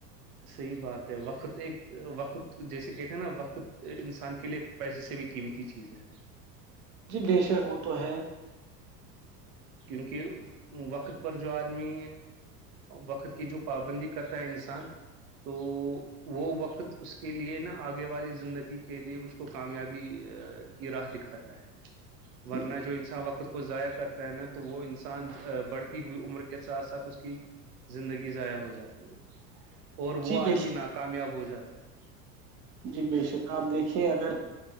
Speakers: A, on the right; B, on the right.
A: صحیح بات ہے وقت ایک وقت جیسے کہتے ہیں نا وقت انسان کے لیے پیسے سے بھی قیمتی چیز ہے
B: جی بےشک وہ تو ہے
A: کیونکہ <unintelligible> وقت پر جو آدمی وقت کی جو پابندی کرتا ہے انسان تو وہ وقت اس کے لیے نہا آگے والی زندگی کے لیے اس کو کامیابی کی راہ دکھاتا ہے
B: <inaudible>
A: <unintelligible>
B: <inaudible>
A: ورنہ جو انسان وقت کو ضائع کر نا تو وہ انسان بڑھتی ہوئی عمر کے ساتھ ساتھ اس کی زندگی ضائع ہو جاتی ہے اور
B: جی
A: وہ آدمی
B: بے شک
A: ناکامیاب ہو جاتا ہے
B: جی بے شکر آپ دیکھیے اگر